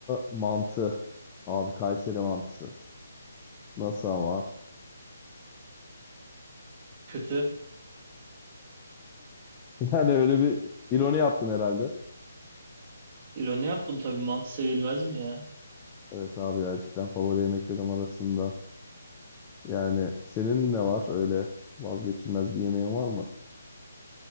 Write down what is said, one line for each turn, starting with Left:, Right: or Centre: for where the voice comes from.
Left: mantı. Abi Kayseri mantısı. Nasıl ama?
Right: Kötü.
Left: <laughs> Yani öyle bir ironi yaptın herhalde.
Right: İroni yaptım tabii mantı sevilmez mi ya?
Left: Evet abi ya cidden favori yemeklerim arasında. Yani senin ne var öyle vazgeçilmez bir yemeğin var mı?